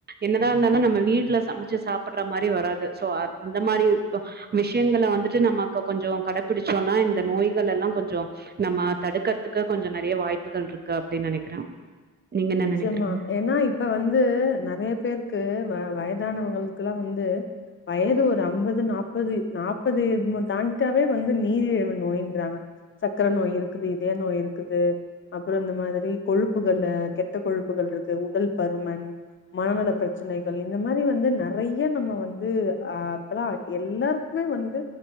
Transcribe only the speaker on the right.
என்னதா இருந்தாலு நம்ம வீட்ல சமச்சு சாப்பட்ற மாரி வராது சோ அ அந்த மாரி அ விஷயங்கள வந்துட்டு நமக்கு கொஞ்சோ கடபிடிச்சோன்னா இந்த நோய்களல்லா கொஞ்சோ நம்ம தடுக்கறதுக்கு கொஞ்சோ நெறைய வாய்ப்புகள் இருக்கு அப்டின்னு நெனக்கிறோ நீங்க என்ன
நெனக்கிறீங்க